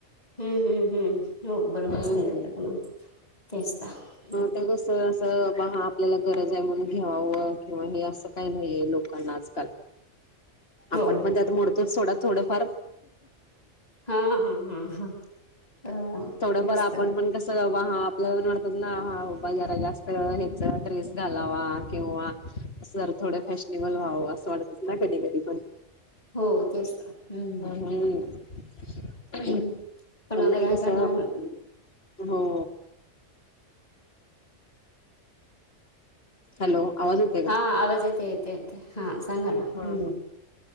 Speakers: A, on the left; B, on the left.
A: हम्म हम्म हम्म हो बरोबर
B: हम्म
A: सांगितलं तुम्ही तेच तर आहे.
B: तर कसं असं बघ हा आपल्याला गरज आहे म्हणून घ्यावावं किंवा हे असं काही नाही आहे लोकांना आजकाल. आपण
A: हो.
B: पण त्यात मोडतोच सोडा थोड थोडंफार
A: हा हा हा हा अ
B: थोडंफार
A: तेच
B: आपण
A: तर
B: पण कसं बाबा हा आपल्याला म्हणतात ना हा बाबा जरा जास्त हेच ड्रेस घालावा किंवा जर थोड फॅशनेबल व्हावं, असं वाटतच ना कधी कधी पण
A: हो तेच तर हम्म.
B: हम्. पण
A: हम्म. आता
B: नाही
A: काय
B: कस
A: करणार?
B: हो. हॅलो आवाज येतोय का?
A: ह आवाज येतय येतेय येत हा सांगा ना हम्म.
B: हा हो